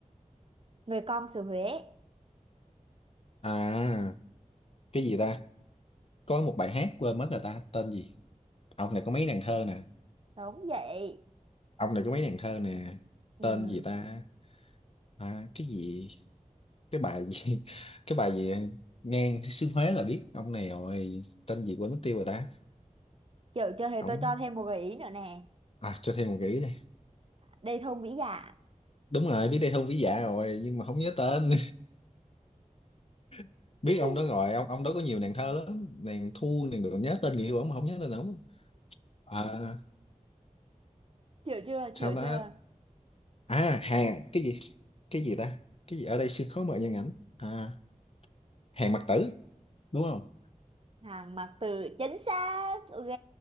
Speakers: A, on the right; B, on the left.
A: người con xứ Huế.
B: à cái gì ta có một bài hát quên mất rồi ta tên gì ông này có mấy nàng thơ nè
A: Đúng vậy.
B: ông này có mấy nàng thơ nè
A: Ừ.
B: tên gì ta à, cái gì cái bài gì <laughs> cái bài gì ngang xứ Huế là biết ông này rồi tên gì quên mất tiêu rồi ta
A: Chịu chưa thì
B: ông
A: tôi cho thêm một gợi ý nữa nè.
B: à cho thêm một gợi ý đây
A: Đây thôn Vĩ Dạ.
B: đúng rồi biết đây thu vĩ dạ rồi nhưng mà không nhớ tên <laughs> biết
A: <laughs>
B: ông đó rồi ông ông đó có nhiều nàng thơ lắm nàng thu nàng được nhớ tên người yêu ông mà không nhớ tên ông à,
A: Chịu chưa,
B: sao
A: chịu
B: ta
A: chưa.
B: à hàng cái gì cái gì ta cái gì ở đây sương khói mờ nhân ảnh à hàng mặc tử đúng không
A: Hàng mặc từ chính xác. Ok.